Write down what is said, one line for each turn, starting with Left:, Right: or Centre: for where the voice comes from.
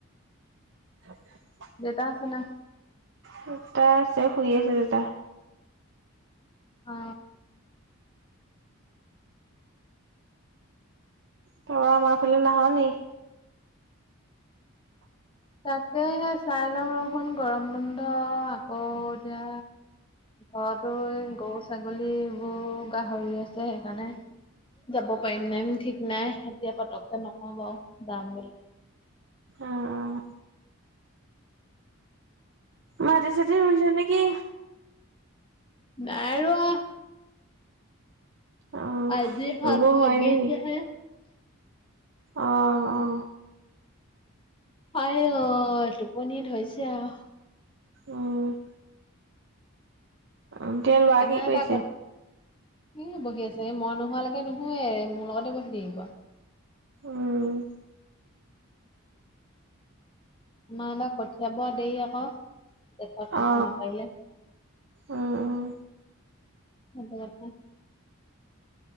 Right: হ <unintelligible>
Left: দেতা আছে নাই?
Right: দেতা আছে শুই আছে দেউতা
Left: অ
Right: তই আমাৰ ফালে নাহ নি?
Left: তাকে হে চাই লওঁ ৰচোন গৰম বন্ধ আকৌ এতিয়া, ঘৰতো এই গৰু ছাগলীবোৰ গাহৰি আছে সেইকাৰণে যাব পাৰিম নাই ঠিক নাই এতিয়া পতককে নকওঁ বাও যাম বুলি
Right: অহ অ মাটি চাতি ৰুইছা নেকি?
Left: নাইৰোৱা।
Right: অ
Left: আজি হাত
Right: ৰুব
Left: ভাগিছে
Right: হয় নে নি
Left: হে
Right: অ অ
Left: হাই অ টোপনি ধৰিছে আৱ
Right: উম এতিয়া ল'ৰা
Left: আমাৰ
Right: কি কৰিছে‌?
Left: এবাৰ কত এ বহি আছে এই মই নোহোৱালৈকে নুশুৱে মোৰ লগতে বহি থাকিব
Right: উম
Left: আমা এইবা কঠিয়া পৰা দেৰি আকৌ জেঠত কঠিয়া
Right: অ
Left: নাপাৰিলে সেতোকথা
Right: উম উম